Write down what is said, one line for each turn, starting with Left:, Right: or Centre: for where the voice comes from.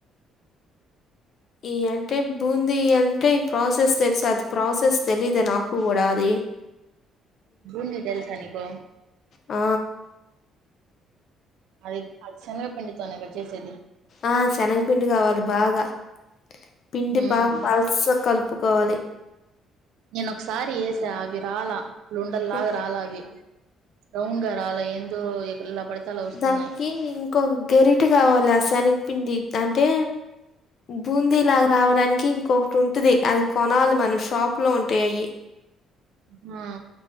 Left: ఈ అంటే బూందీ అంటే ఈ ప్రాసెస్ తెలుసు అది, ప్రాసెస్ తెలీదే నాకు కూడా ది
Right: బూందీ తెలుసా నీకు
Left: ఆ
Right: అది అది శనగా పిండితోనే గద చేసేది.
Left: ఆ శనగపిండి కావాలి బాగా పిండి
Right: ఉమ్
Left: బాగా పలస కలుపు కోవాలి
Right: నేనొ ఒకసారి ఎసా అవి రాలా లుండల్లాగా
Left: ఆ
Right: రాలా అవి రౌండ్ గా రాలా ఏందో ఎట్లా పడితే అలా వస్తున్నాయి
Left: దానికి ఇంకొక గెరిటి కావాలి అసనికి పిండి అంటే బూందీ లాగ రావడానికి ఇంకొకటి ఉంటది అది కొనాలి మనం షాప్ లో ఉంటయి అయి
Right: ఆ